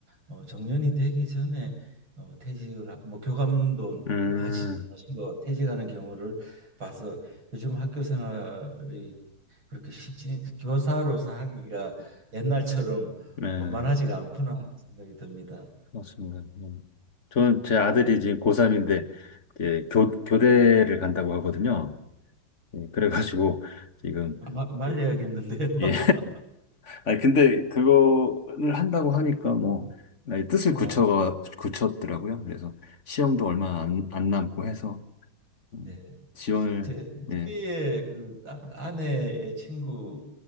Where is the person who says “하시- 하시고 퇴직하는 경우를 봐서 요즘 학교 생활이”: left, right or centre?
Right